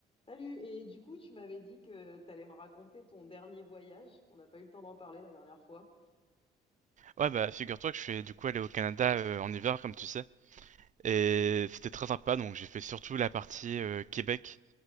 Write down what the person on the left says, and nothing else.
Salut, et du coup, tu m'avais dit que t'allais me raconter ton dernier voyage. On n'a pas eu le temps d'en parler la dernière fois.